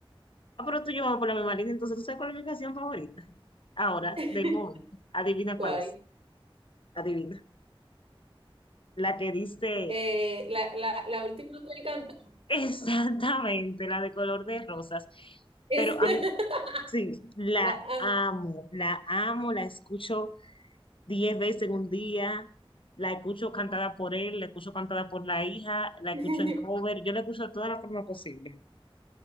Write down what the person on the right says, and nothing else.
<laughs>
¿Cuál?
Eh, la, la, la última que él cantó
es
<laughs>
la, ah.
<laughs>